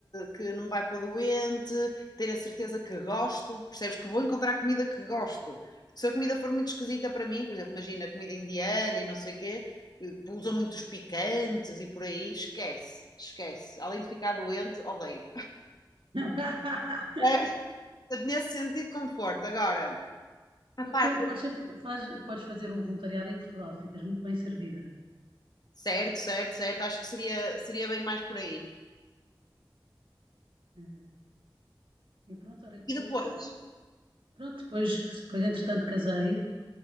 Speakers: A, on the left; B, on the right.
A: que não me vai pôr doente, ter a certeza que gosto, percebes? Que vou encontrar comida que gosto. Porque se a comida for muito esquisita para mim, por exemplo, imagina comida indiana e não sei o quê, que usam muitos picantes e por aí, esquece, esquece. Além de ficar doente, odeio.
B: <laughs>
A: É, nesse sentido, conforto. Agora, a
B: Podes
A: parte
B: ser, podes ser- faz, podes fazer um voluntariado em Portugal, ficas muito bem servida.
A: certo, certo, certo, acho que seria, seria bem mais por aí.
B: Eh, E pronto, olha, depois,
A: E depois,
B: eh, pronto, depois, depois entretanto casei